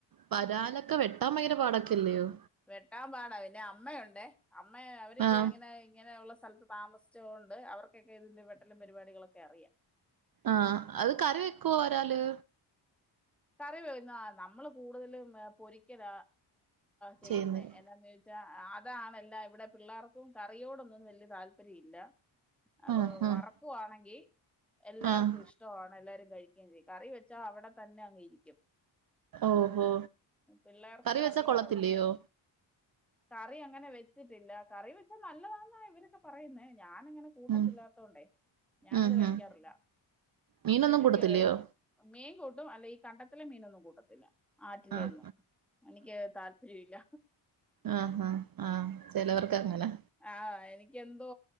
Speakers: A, on the right; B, in the centre.
A: വരാലക്കെ വെട്ടാൻ ഭയങ്കര പാടൊക്കെയല്ലിയോ.
B: വെട്ടാൻ പാടാ പിന്നെ അമ്മയുണ്ടേ, അമ്മ അവർക്ക്
A: ആഹ്
B: ഇങ്ങനെ, ഇങ്ങനെ ഒള്ള സ്ഥല താമസിച്ചകൊണ്ട് അവർക്കൊക്കെ ഇതിന്റെ വെട്ടലും പരിപാടികളൊക്കെ അറിയാം.
A: ആ, അത് കറി വെക്കുവോ വരാല്?
B: കറി വേവ്ന്നാ നമ്മള് കൂടുതലും പൊരിക്കല ചെയ്യുന്നേ.
A: ചെയ്യുന്നത്
B: എന്നാന്ന് ചോ ച്ച അതാണല്ല ഇവിടെ പിള്ളേർക്കും കറിയോടൊന്നും വല്യ താല്പര്യം ഇല്ല. അപ്പൊ
A: ആഹ്
B: വറക്കുവാണെങ്കി
A: ആഹ്
B: എല്ലാർക്കും
A: ആഹ്
B: ഇഷ് ട്ടൊആണ് എല്ലാരും കഴിക്കേം ചെയ്യും, കറി വെച്ചാ അവിടെ തന്നെ അങ്ങ് ഇരിക്കും.
A: ഓഹോ
B: പിള്ളേർക്ക്
A: കറി
B: കറിയോടത്രേ
A: വെച്ചാ കൊള്ളത്തില്ലയോ
B: കറി അങ്ങനെ വെച്ചിട്ടില്ല, കറി വെച്ചാ നല്ലതാന്ന ഇവരൊക്കെ പറയുന്നെ ഞാനങ്ങനെ കൂട്ടത്തില്ലാത്തോണ്ടേ
A: ഉം
B: ഞാനത്
A: ഉം
B: കഴിക്കാറില്ല.
A: ഉം മീനൊന്നും
B: എനിക്ക്
A: കൂട്ടത്തില്ലയോ
B: മീൻ കൂട്ടും അല്ലെ ഈ കണ്ടത്തിലെ മീനൊന്നും കൂട്ടത്തില്ല. ആറ്റിലെയൊന്നും
A: ആഹ്
B: എനിക്ക് താല് പ്പര്യോല്ല.
A: ആ, ആ, ആ ചെലോർക്ക് അങ്ങനാ.
B: ആ, എനിക്കെന്തോ